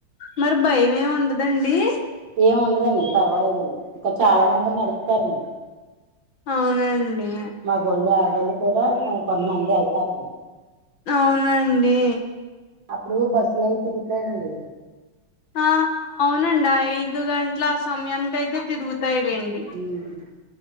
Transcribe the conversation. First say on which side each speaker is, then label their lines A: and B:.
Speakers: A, on the left; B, on the right.
A: మరి భయం ఏమి ఉండదండి?
B: ఏం ఉండదండి పర్వాలేదండి ఇంకా చాలా మంది నడుపుతారండి
A: అవునండి
B: మగోళ్ళు, ఆడోళ్ళు కూడా కొంతమంది వెళ్తారండి
A: అవునండి
B: అప్పుడు బస్సులు అయి తిరుగుతాయండి
A: ఆ అవునండి ఆ ఐదు గంట్ల ఆ సమయానికి అయితే తిరుగుతాయిలే అండి
B: ఉమ్